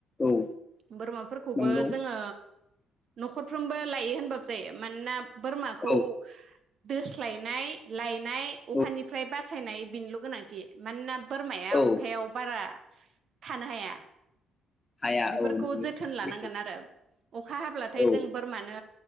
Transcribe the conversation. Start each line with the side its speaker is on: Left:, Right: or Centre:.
Left: औ
Right: बोरमाफोरखौबो
Left: नंगौ
Right: जोङो न'खरफ्रोमबो लायो होनबाबो जायो मानोना बोरमाखौ
Left: औ
Right: दोस्लायनाय लाय नाय अखानिफ्राय
Left: औ
Right: बासायनाय बिनिल गोनां थि मानोना बोरमाया
Left: औ
Right: अखायाव बारा थानो हाया।
Left: हाया
Right: बेफोरखौ
Left: औ नंगौ
Right: जोथोन लानांगोन
Left: सैथो
Right: आरो। अखा हाब्लाथाय
Left: औ
Right: जों बोरमानो